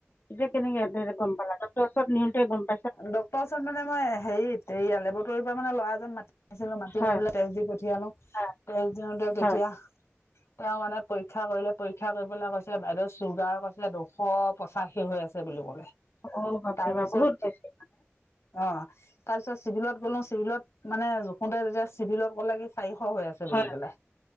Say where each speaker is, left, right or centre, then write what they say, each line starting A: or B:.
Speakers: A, on the left; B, on the left.
A: এতিয়া কেনেকে এ গম পালা? ডক্টৰ ওচৰত নিওঁতে গম প
B: ডক্টৰ ওচৰত মানে মই হেৰিত এইয়া লেবৰেটৰী পৰা মানে ল'ৰা এজন মাতি ছিল মাতি
A: হয়
B: আনিপেলে তেজ দি পঠিয়ালো,
A: হয়
B: তেজ দিওতে তেতিয়া
A: হয়
B: তেওঁ মানে পৰীক্ষা কৰিলে পৰীক্ষা কৰিবলৈ কৈছিলে বাইদেউ চুগাৰ কৈছিলে দুশ পঁচাশী হৈ আছে। <unintelligible> বুলি ক'লে।
A: অ', ভাবিবা
B: তাৰপিছত
A: বহুত বেছি
B: অ', তাৰপিছত চিভিলত গ'লো চিভিলত মানে জুখোতে তেতিয়া চিভিলত ক'লে কি চাৰিশ হৈ আছে
A: হয়
B: বুলি পেলাই।